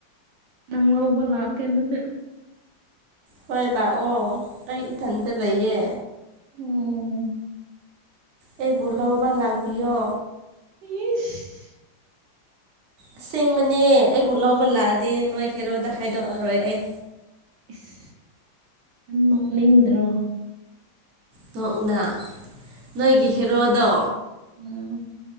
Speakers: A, on the right; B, on the right.
A: ꯅꯪ ꯍꯕ ꯂꯥꯛꯀꯦ ꯟꯗꯨꯗꯤ
B: ꯍꯣꯏ ꯂꯥꯛꯑꯣ ꯑꯩ ꯏꯊꯟꯇ ꯂꯩꯌꯦ
A: ꯎꯝ
B: ꯑꯩꯕꯨ ꯂꯧꯕ ꯂꯥꯛꯄꯤꯌꯣ
A: ꯄꯤꯁ
B: ꯑꯁꯦꯡꯕꯅꯦ ꯑꯩꯕꯨ ꯂꯧꯕ ꯂꯥꯛꯑꯗꯤ ꯅꯣꯏ ꯈꯦꯔꯣꯗ ꯈꯥꯏꯗꯣꯛꯑꯔꯣꯏ ꯑꯩ
A: ꯏꯁ ꯅꯣꯛꯅꯤꯡꯗ꯭ꯔꯣ
B: ꯅꯥꯛꯎꯅꯥ ꯅꯣꯏꯒꯤ ꯍꯦꯔꯣꯗꯣ
A: ꯎꯝ